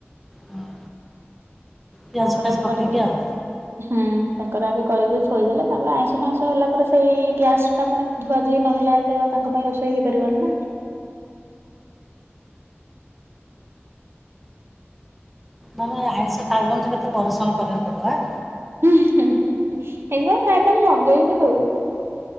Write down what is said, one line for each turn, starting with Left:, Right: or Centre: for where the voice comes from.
Centre: ହୁଁ ପିଆଜ
Right: ତାଙ୍କର
Centre: ଫିଆଜ
Right: ଆଗେ
Centre: ପକେଇକି
Right: କରିକିରି
Centre: ଆଉ
Right: ହୁଁ ତାଙ୍କର ଆଗେ କରିକି ଶୋଇଦେଲେ ତାପରେ ଆଇଁଷ ଫାଇଁଷ ହେଲା ପରେ ସେଇ ଗ୍ୟାସ ଟା ପେ ଧୁଆ ଧୁଇ ନହଲା ଯେତେ ଏ ଆଉ ତାଙ୍କ ପାଇଁ ରୋଷେଇ ହେଇପାରିବନି ନା।
Centre: ମାନେ ଆଇଁଷ ଖାଇବନ ତ କେତେ ପରିଶ୍ରମ କରିବାକୁ ପଡିବ ଆଁ?
Right: ହେଇଥିପାଇଁ ପ୍ରାୟ ଟାଇମ୍ ମଗେଇ ହି ଦଉ।